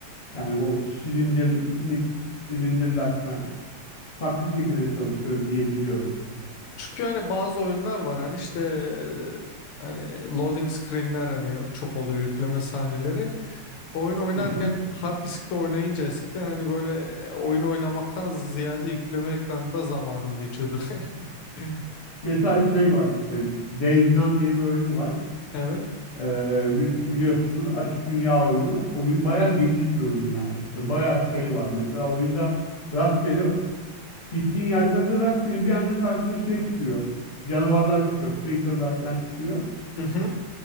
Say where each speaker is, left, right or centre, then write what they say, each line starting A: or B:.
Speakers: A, on the left (about 30°); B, on the left (about 80°).
A: Yani o silindir içindeki silindirler falan farklı şekilde çalışıyor diye biliyorum.
B: Çünkü hani bazı oyunlar var hani işte hani loading screenler hani çok oluyor yükleme sahneleri. Oyun oynarken
A: Hı hı.
B: hard diskte oynayınca eskiden hani böyle e, oyun oynamaktan ziyade yükleme ekranında zamanın geçiyordu. <laughs>
A: Mesela şey var işte Days Gone diye bir oyun var.
B: Evet.
A: Ee, bi- biliyorsunuz açık dünya oyunu. Oyun bayağı geniş bir oyun yani. Ve bayağı şey var. Mesela oyunda rastgele Gittiğin yerlerde rastgele bir anda karşına şey çıkıyor. Canavarlar çıkıyor. Freaker'lar falan çıkıyor.
B: Mhm.